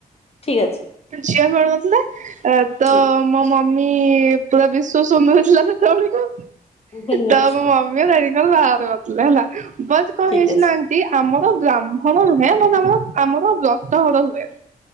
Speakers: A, on the left (about 35°); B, on the right (about 45°).
A: ଠିକ ଅଛି
B: ଝିଅ ମିଳୁ ନଥିଲେ ତ
A: ଠିକ
B: ମୋ ମମି ପୁରା ବିଶ୍ଵ ସୁନ୍ଦର ଥିଲା ସେତେବେଳକୁ
A: ହୁଁ ହୁଁ।
B: ତ ମ ମମି ଡାଡିଙ୍କ ବାହା କରିଥିଲେ ହେଲା ବଟ କଣ
A: ଠିକ
B: ହେଇଛି
A: ଅଛି
B: ନା ଆମର ବ୍ରାହ୍ମଣ ନୁହେଁ ବଟ ଆମର ବ୍ରତଘର ହୁଏ।